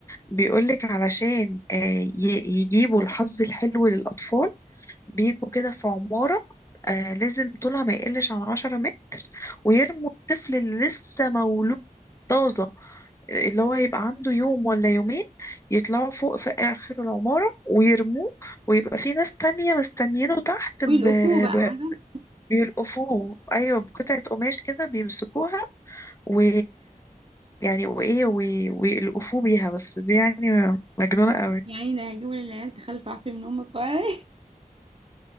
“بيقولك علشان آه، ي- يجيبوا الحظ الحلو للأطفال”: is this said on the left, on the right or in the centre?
Left